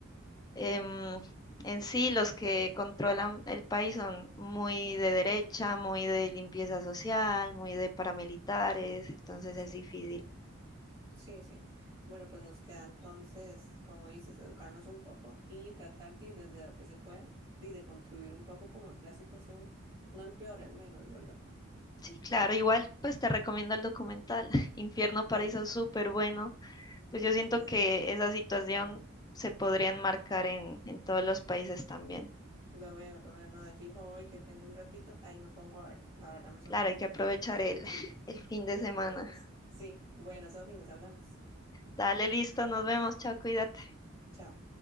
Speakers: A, on the left; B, on the right.
A: em, en sí, los que controlan el país son muy de derecha, muy de limpieza social, muy de paramilitares, entonces
B: sí,
A: es difícil.
B: sí, sí. Bueno, pues nos queda entonces, como dices, educarnos un poco y tratar de, desde lo que se pueda, de, de contribuir un poco como a que la situación no empeore al menos, ¿verdad?
A: Sí, claro, igual pues te recomiendo el documental <laughs> Infierno
B: Claro,
A: Paraíso, súper bueno. Pues yo siento
B: sí,
A: que
B: sí.
A: esa situación se podría enmarcar en, en todos los países también.
B: Lo veo, lo veo, no, de fijo hoy que tengo un ratito, ahí me pongo a ver, la verdad me sonó
A: Claro, hay que aprovechar
B: muy interesante.
A: el, <laughs> el fin de semana.
B: Pues, Sí, bueno, Sofi, nos hablamos.
A: Dale, listo, nos vemos, chao, cuídate.
B: Chao.